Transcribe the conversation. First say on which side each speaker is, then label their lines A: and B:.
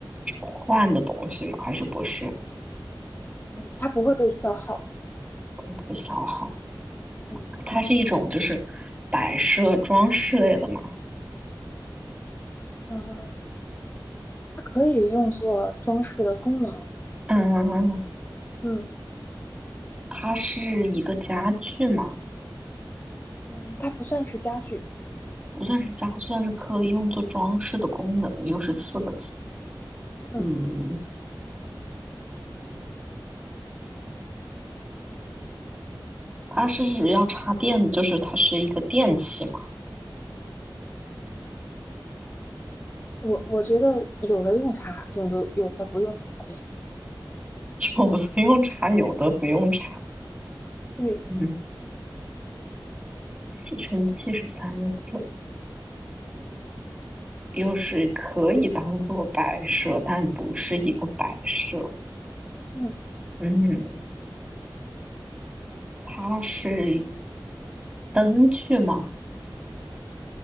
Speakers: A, on the right; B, on the left.
A: 换的东西吗？还是不是
B: 嗯，它不会被消耗。
A: 会被消耗？
B: 嗯
A: 它是一种就是摆设装饰类的嘛。
B: 呃，它可以用作装饰的功能。
A: 嗯，
B: 嗯
A: 它是一个家具吗？
B: 嗯，它不算是家具。
A: 不算是家，但是可以用作装饰的功能，又是四个字。
B: 嗯，
A: 嗯，它是指要插电，就是它是一个电器嘛，
B: 我我觉得有的用茶，有的有的不用茶的。
A: <laughs> 有的用插，有的不用插。
B: 对。
A: 嗯，吸尘器是三个字，又是可以当做摆设，但不是一个摆设。
B: 嗯。
A: 嗯，它是灯具吗？